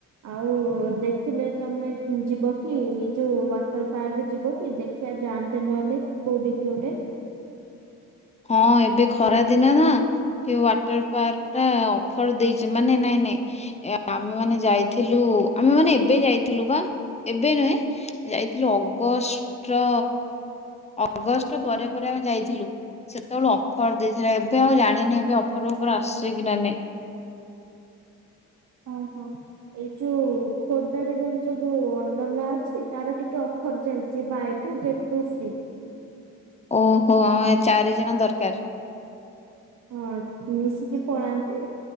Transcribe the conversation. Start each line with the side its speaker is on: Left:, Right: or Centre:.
Right: ଆଉ ଦେଖିଲେ ତମେ ଯିବ କି ଏଇ ଯୋଉ ୱାଟର ପାର୍କ ଯିବ କି ଦେଖ ଖିଆ ଜାଆନ୍ତେ ନହେଲେ କୋଉଠି କି ଗୋଟେ।
Left: ହଁ ଏବେ ଖରା ଦିନ ନା କେ ୱାଟର୍ ପାର୍କ ଟା ଅଫର୍ ଦେଇଚି ମାନେ ନାଇଁ ନାଇଁ ଆମେ ମାନେ ଯାଇଥିଲୁ ଆମେ ମାନେ ଏବେ ଯାଇଥିଲୁ ବା ଏବେ ନୁହେଁ ଯାଇଥିଲୁ ଅଗଷ୍ଟ ଅଗଷ୍ଟ ପରେ ପରେ ଆମେ ଯାଇଥିଲୁ। ସେତେବେଳଳେ ଅଫର ଦେଇଥିଲା ଏବେ ଆଉ ଜାଣିନି ଏବେ ଅଫର ଫଫର ଆସୁଛି କି ନାଇଁ।
Right: ଓହୋ ଏଇ ଯୋଉ ଖୋର୍ଦ୍ଧାରେ ଜାଣିଛ ଯୋଉ ୱାଣ୍ଡଲା ଅଛି ତାର ଟିକେ ଅଫର୍ ଚାଲିଚି buy two get two free.
Left: ଓହୋ ଚାରିଜଣ ଦରକାର।
Right: ହଁ ମିଶିକି ପଳାନ୍ତି।